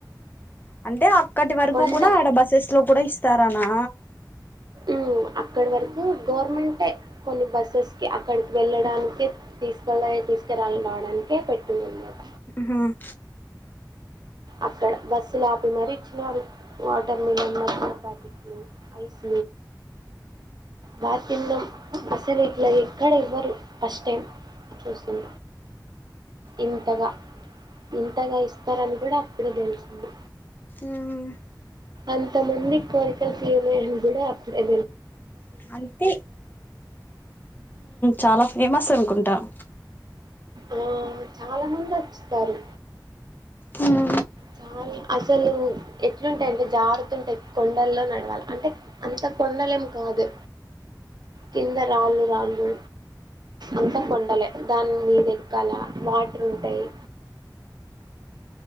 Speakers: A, on the left; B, on the right.
A: అంటే అక్కటి వరకు
B: కొండ
A: కూడా ఆడ బస్సెస్ లో కూడా ఇస్తారనా
B: ఉమ్ అక్కడ వరకు గవర్నమెంట్ ఎ కొన్ని బస్సెస్ కి అక్కడికి వెళ్ళడానికే తీసు తీసుకురాలని రావడానినికే పెట్తుంది మాకు
A: హమ్
B: అక్కడ బస్సులు ఆపి మరి ఇచ్చిన వాళ్ళు వాటర్ మిలన్ ఇప్పు ఐస్ బస్ ఇంద అసలు ఇట్లా ఎక్కడ ఇవ్వరు ఫస్ట్ టైం చూస్తుం ఇంతగా ఇంతగా ఇస్తారని కూడా ఇప్పుడే తెల్సింది
A: ఊమ్
B: అంత మందికి కోరికల్ తీరలేదు కూడా అ
A: అంతే చాలా ఉ ఫేమస్ అనుకుంటా అట్ట
B: ఓ చాలా మంది వచ్చుతారు
A: హుమ్
B: చాలా అసలు ఎట్లుంటాయ అంటే జారుతుంటే, కొండల్లో నడవాలి అంటే, అంత కొండలేం కాదు. కింద రాళ్ళు రాళ్ళు అంత కొండలే. దాని మీద ఎక్కాల వాటర్ ఉంటాయి.